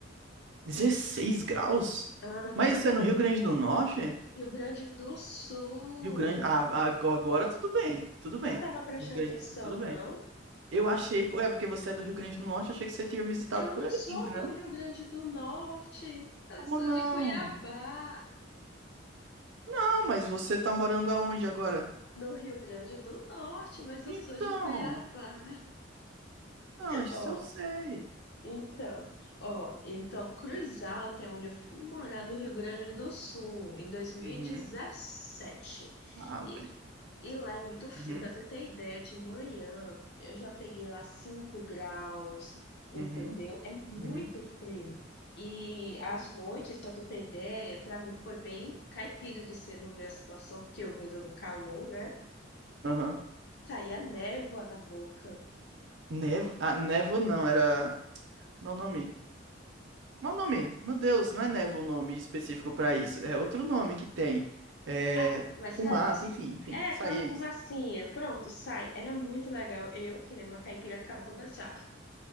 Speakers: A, on the right; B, on the left.
A: Dezesseis graus?
B: Aham.
A: Mas isso é no Rio Grande do Norte?
B: Rio Grande do Sul.
A: Rio Grande. Ah, ah, ago- agora tudo bem, tudo
B: Você
A: bem.
B: não estava prestando
A: Do Rio Grande
B: atenção,
A: do Sul, tudo bem.
B: não?
A: Eu achei, pô, é porque você é do Rio Grande do Norte, eu achei que você tinha visitado
B: Eu
A: por
B: não
A: aí,
B: sou
A: entendeu?
B: do Rio Grande do Norte, eu
A: Como
B: sou
A: não?
B: de Cuiabá.
A: Não, mas você tá morando aonde agora?
B: No Rio Grande do Norte, mas eu
A: Então,
B: sou de Cuiabá.
A: não, disso
B: Ó,
A: eu sei.
B: então, ó, então, Cruz Alta é onde eu fui morar no Rio Grande do Sul, em 2017.
A: Uhum. Ah,
B: E,
A: ok.
B: dezessete. e e lá é muito frio,
A: Uhum.
B: pra tu ter ideia, de manhã eu já peguei lá 5 graus, entendeu?
A: Uhum.
B: É muito
A: Uhum.
B: frio. E às noites, pra tu ter ideia, pra mim foi bem caipira de ser na minha situação, porque eu vindo no calor, né?
A: Aham.
B: Saía névoa da boca.
A: Nevo, ah, névoa não, era. Meu nome. Meu nome. Meu Deus, não é névoa o nome específico pra isso. É outro nome que tem. É.
B: Ah, mas
A: Fumaça,
B: saía isso.
A: enfim, enfim.
B: É,
A: Isso
B: aquela
A: aí é
B: fumacinha.
A: isso.
B: Pronto, sai. Era muito legal. Eu, que nem uma caipira, ficava toda assim, ó.